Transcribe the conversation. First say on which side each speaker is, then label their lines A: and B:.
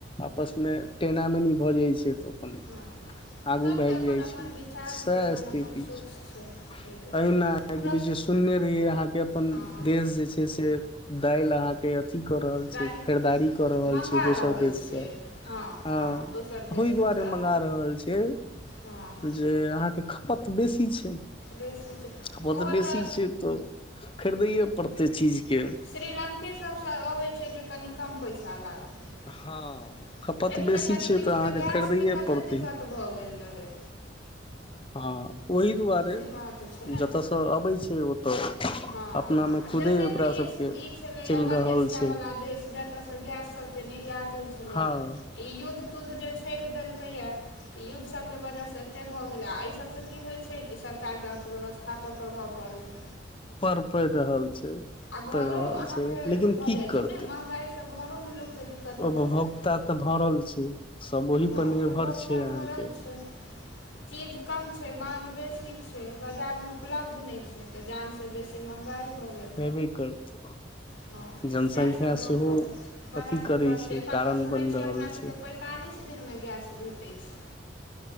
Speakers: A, on the left (about 30°); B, on the left (about 80°).
A: आपसमे टेनामेनी भऽ जाइ छै तऽ अपन
B: हँ
A: आगू
B: सभके
A: भाग
B: अपन
A: जाइ
B: अपन
A: छै
B: विचार
A: स
B: छै अपन
A: स्थिति
B: अपन सोच
A: छै
B: ताहि दुआरे
A: एहिना एक
B: हमरा
A: बीचे सुनने रहियै अहाँके अपन
B: हँ
A: देश जे छै से दालल अहाँ के अथि कऽ रहल
B: दालि
A: छै खरीदारी कऽ रहल
B: मँगा
A: छै दोसर
B: रहल
A: देश
B: छै
A: से
B: हँ
A: अ
B: हँ दोसर देश
A: ओहि
B: सभसँ
A: दुआरे मंगा रहल छी जे
B: हँ
A: जे अहाँ के खपत बेसी छै
B: बेसी छै
A: खपत
B: ओहो
A: बेसी
B: तऽ
A: छै तऽ खरीदैए पड़तै चीजके
B: श्रीलंके सभसँ अबैत छै जे कनि कम पैसा लागल
A: हँ खपत
B: एखने
A: बेसी
B: कनि
A: छै
B: बीचमे
A: तऽ अहाँके
B: गैसके
A: खरीदैए
B: कते
A: पड़तै
B: दिक्कत भऽ गेल रहै
A: हँ ओहि दुआरे
B: से बात छै ने
A: जतयसँ अबै छै ओतय
B: हँ
A: अपनामे
B: हँ
A: खुदे
B: जते
A: ओकरा
B: भी
A: सबके
B: ई छलैए
A: चलि
B: मध्य
A: रहल
B: एशिया
A: छै
B: वला देश जतयसँ गैससभ निर्यात होइत छलै
A: हँ
B: ई युद्ध तुद्ध जे छोड़ि देलकैया युद्धसभके वजहसँ एतेक भऽ गेलै आ एहि सभसँ की होइत छै कि सरकारके अर्थव्यवस्था कथा पर प्रभाव पड़लै
A: पर पड़ि रहल छै
B: आ घरो
A: पड़ि रहल
B: अहाँ
A: छै
B: भऽ
A: लेकिन की
B: जाइ
A: करतै
B: छै ने महगा तऽ घरो में लोक के देख दिककत
A: उपभोक्ता
B: भऽ गेल
A: तऽ भरल छै सब ओहि
B: हँ
A: पर निर्भर
B: उभोक्ता
A: छै अहाँके
B: भरल छै चीज कम छै मांग बेसी ठीक छै बजारमे उपलब्ध नहि छै तऽ जानसँ बेसी महगाइ भऽ गेल
A: हेबे करतै
B: हँ
A: जनसंख्या
B: तऽ सएहसभ लऽ
A: सेहो
B: कऽ तऽ बड़ा
A: अथी
B: दिक्कत
A: करै
B: छै एखन
A: कारण
B: तऽ सुनैत
A: बनि
B: छियै
A: रहल
B: हमरासकेँ
A: छै
B: पै पैंतालीस दिन मे गैस भेटै छै